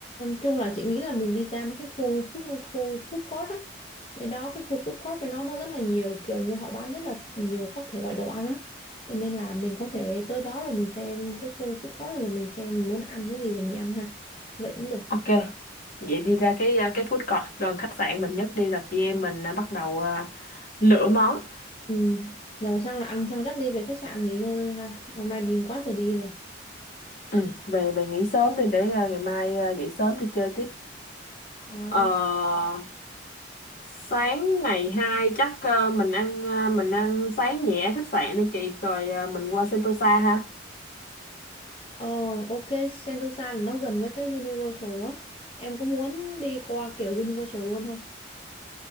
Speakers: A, on the left; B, on the left.
A: chung là chị nghĩ là mình đi ra mấy cái khu food khu food court á. Bên đó cái khu food court bên đó nó rất là nhiều kiểu như họ bán rất là nhiều các thể loại đồ ăn á. Cho nên là mình có thể tới đó rồi mình xem cái khu food court rồi, mình xem mình muốn ăn cái gì rồi mình ăn ha. Vậy cũng được.
B: Ok, vậy đi ra cái à, cái food court gần khách sạn mình nhất đi rồi chị em mình à, bắt đầu à, lựa món.
A: Ừ. Rồi xong là ăn xong dắt đi về khách sạn nghỉ ngơi thôi ha. Hôm nay đi quá trời đi rồi.
B: Ừ, về về nghỉ sớm đi để à, ngày mai à, dậy sớm đi chơi tiếp.
A: Rồi
B: Ờ,
A: ok.
B: sáng ngày 2 chắc à, mình ăn à, mình ăn sáng nhẹ ở khách sạn đi chị rồi à, mình qua Sentosa ha.
A: Ờ, ok, Sentosa là nó gần với cái Universal á. Em có muốn đi qua kiểu Universal luôn không?